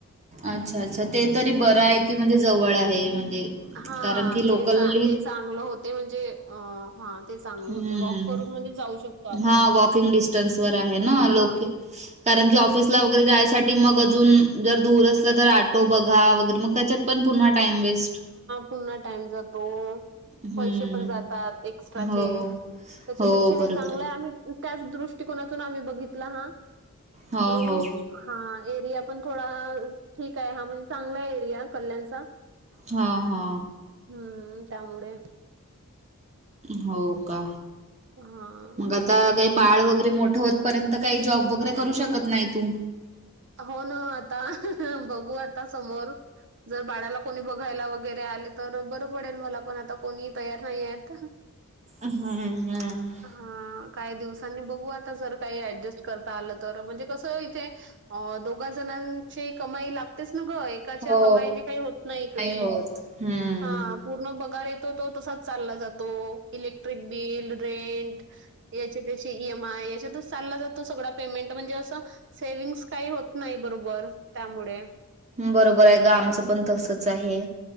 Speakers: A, on the right; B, on the right.
A: अच्छा अच्छा ते तरी बरं आहे की म्हणजे जवळ आहे म्हणजे
B: हा
A: कारण की
B: ते
A: लोकली
B: च ते चांगलं होते म्हणजे अ हा. ते चांगलं
A: हम्म
B: होते वॉक करून म्हणजे जाऊ शकतो आपण.
A: हा वॉकिंग डिस्टन्स वर आहे
B: हा
A: ना लोके कारण की ऑफिसला वगैरे जायसाठी मग अजून जर दूर असलं तर आटो बघा वगैरे मग त्याच्यात पण पुन्हा टाईम वेस्ट.
B: पुन्हा टाइम जातो.
A: हम्म.
B: पैशे पण जातात एक्स्ट्राचे
A: हो.
B: त्याच्यापेक्षा
A: हो
B: हे
A: बरोबर
B: चांगलं आहे आम्ही त्याच दृष्टिकोनातून आम्ही बघितला हा
A: हो
B: रूम
A: हो
B: हा एरिया पण थोडा ठीक आहे हा म्हणजे चांगला एरिया कल्याणचा.
A: हा हा.
B: हम्म त्यामुळे.
A: हो का
B: हा
A: मग आता. आता काही बाळ वगैरे मोठ होत पर्यंत काही जॉब वगैरे करू शकत नाही तू.
B: हो ना आता बघू आता समोर. जर बाळाला कोणी बघायला वगैरे आले तर बरं पडेल मला पण आता कोणी तयार नाही आहेत.
A: हम् हम.
B: हा काही दिवसांनी बघू आता जर काही ऍडजस्ट करता आलं तर म्हणजे कसं इथे अ दोघा जणांची कमाई लागतेच न गं एक एकाच्या
A: हो
B: कमाई काही होत नाही इकडे
A: होत हम्म.
B: हा. पूर्ण पगार येतो तो तसाच चालला जातो इलेक्ट्रिक बिल रेंट याच्या त्याशी ई एम आय याच्यात चालला जातो सगळा पेमेंट म्हणजे असं सेव्हंग्स काही होत नाही बरोबर त्यामुळे.
A: बरोबर आहे ग आमचं पण तसच आहे.